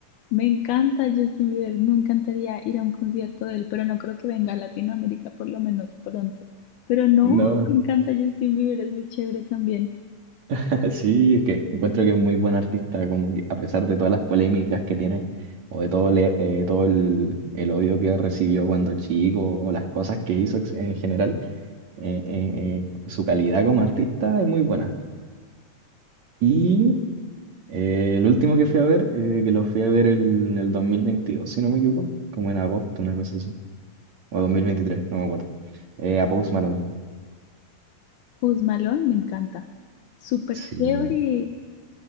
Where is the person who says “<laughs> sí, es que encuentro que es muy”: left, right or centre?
Right